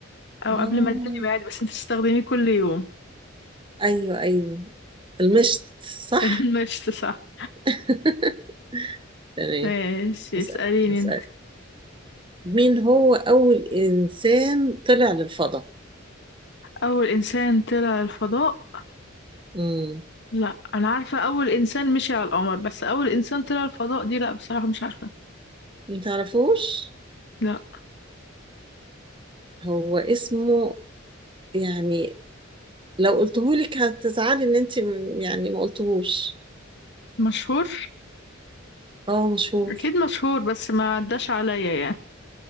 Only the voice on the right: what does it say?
اه
ايوه ايوه المشط صح
<laughs> تمام
اسال
اسال
مين هو اول انسان طلع للفضاء
مم.
متعرفوش
هو اسمه يعني لو قلتهولك هتزعلي ان انت م- يعني ما قلتهوش
اه مشهور